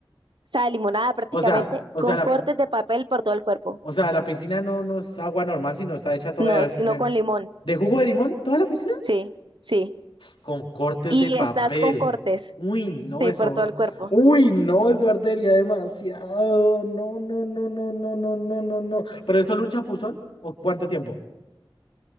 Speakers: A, on the right (about 70°); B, on the left (about 80°).
A: sea, limonada prácticamente,
B: O sea, o
A: con
B: sea, la,
A: cortes de papel por todo el cuerpo?
B: o sea, la piscina no, no es agua normal, sino está hecha toda
A: No, sino
B: de, de,
A: con limón.
B: de jugo de limón, toda la piscina.
A: Sí, sí.
B: Con cortes
A: Y
B: de papel.
A: estás con cortes.
B: Uy, no,
A: Sí,
B: eso.
A: por todo el cuerpo.
B: Uy, no, eso ardería demasiado. No, no, no, no, no, no, no, no, no. ¿Pero es solo un chapuzón? ¿O cuánto tiempo?